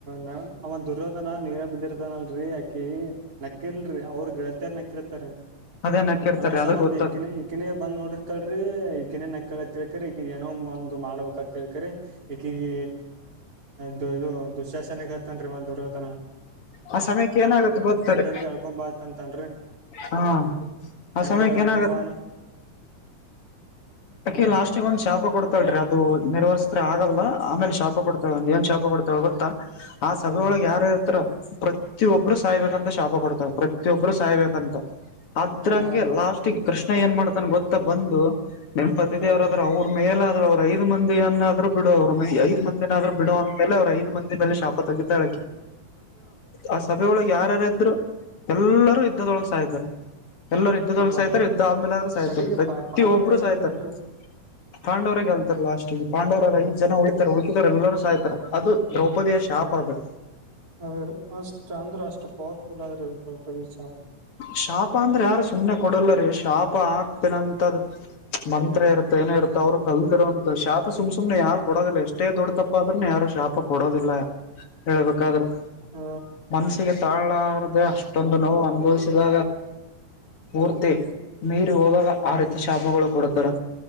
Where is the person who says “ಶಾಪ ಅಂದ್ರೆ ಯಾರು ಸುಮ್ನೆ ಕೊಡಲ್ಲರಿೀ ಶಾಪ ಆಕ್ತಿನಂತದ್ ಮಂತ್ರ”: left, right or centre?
Left